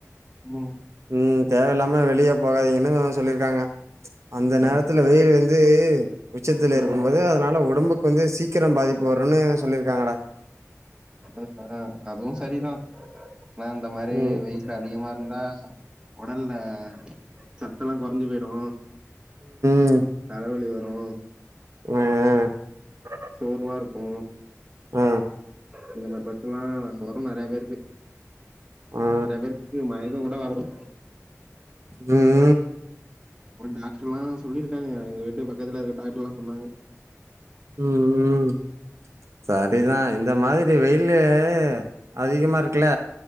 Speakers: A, on the right; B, on the right.
A: ம்
B: ம் தேவயில்லாம வெளிய போகாதீங்கன்னு சொல்லிருக்காங்க அந்த நேரத்துல
A: ம்
B: வெய்யில் வந் து உச்சத்துல
A: ம்
B: இருக்குபோது அதனால உடம்புக்கு வந்து சீக்கரோ பாதிப்பு வருனு சொல்லிருக்காங்கடா
A: ஆ ஹ்ம் அதுவு சரிதா நா இந்த மாரி
B: ம்
A: வெய்யி லு அதிகமா இருந்தா ஒடல்ல சத்தல்லா குறைஞ்சு போய்டு
B: ம்
A: தலவலி வரு
B: <unintelligible>
A: சோர்வாருக்கு
B: அ
A: இந்த மாரி ப்ரச்சனல்லா வரு நெறைய பேருக்கு
B: அ
A: நெறைய பேருக்கு மய க்கோங்கூட வர்லா
B: ம்
A: ஒரு டாக்டருல்லா சொல்லிருக்காங்க எங்க வீட்டு பக்கத்துல இருக்கற டாக்டருல்லா சொன்னாங்க
B: ம் ம் சரிதா
A: ம்
B: இந்த மாதிரி வெய்யில்லு அதிகமா இருக்குல